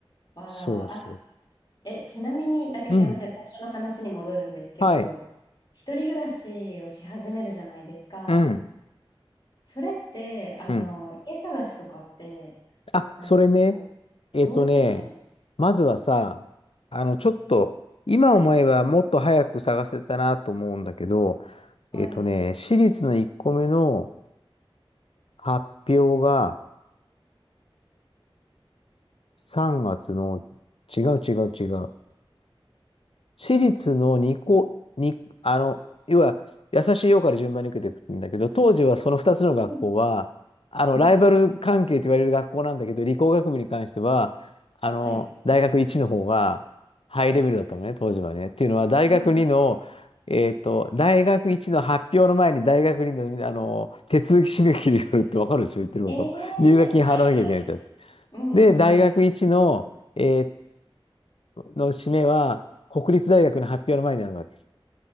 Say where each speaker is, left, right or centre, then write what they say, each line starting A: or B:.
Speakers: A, on the left; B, on the left.
A: わあ、
B: そうそう。
A: あ、え、ちなみに、だけどすいません、
B: うん。
A: 最初の話に戻るんですけど、
B: はい。
A: 一人暮らしをし始めるじゃないですか。
B: うん。
A: それって、あの、
B: うん
A: 家探しとかって、
B: あ、
A: なんかこう、
B: それね、えっとね、
A: どうしてたんです
B: まずはさ、あの、ちょっと、今思えばもっと早く探せたなと思うんだけど、
A: かはい。
B: えっとね、私立の1個目の発表が3月の、違う違う違う。私立の2校に、あの、要は、優しいよから順番に受けていくんだけど、当時はその2つの学校は、
A: はい。
B: あの、
A: うん。
B: ライバル関係と言われる学校なんだけど、理工学部に関しては、あの、
A: はい。
B: 大学1の方がハイレベルだったのね、当時はね。っていうのは、大学2の、
A: うん
B: えっと、大学1の発表の前に大学2の、あの、手続き締め切りがあるってわかるでしょ、言ってること。
A: ええはいはい。
B: 入学金払わなきゃいけないってやつ。
A: うんうんうん。
B: で、大学1の、えーっの締めは国立大学の発表の前になるわけ。